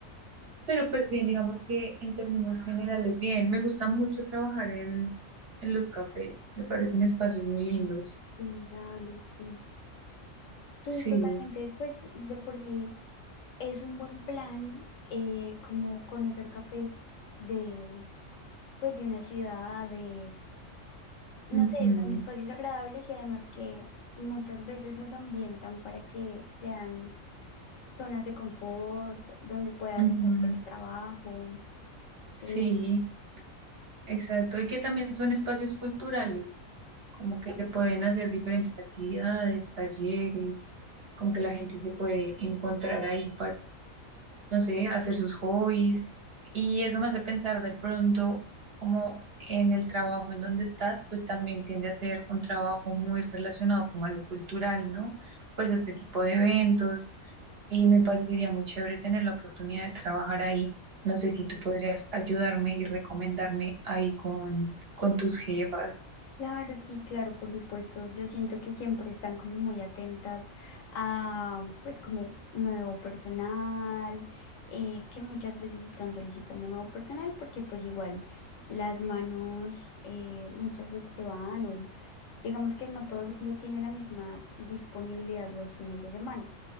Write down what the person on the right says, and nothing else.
pero pues bien, digamos que en términos generales, bien, me gusta mucho trabajar en, en los cafés, me parecen espacios muy lindos.
Sí,
ujú,
ujú,
sí,
exacto, y que también son espacios culturales, como que se pueden hacer diferentes actividades, talleres, como que la gente se puede encontrar ahí no sé, hacer sus hobbies. Y eso me hace pensar de pronto como en el trabajo en donde estás, pues también tiende a ser un trabajo muy relacionado como a lo cultural, ¿no? Pues a este tipo de eventos. Y me parecería muy chévere tener la oportunidad de trabajar ahí. No sé si tú podrías ayudarme y recomendarme ahí con, con tus jefas.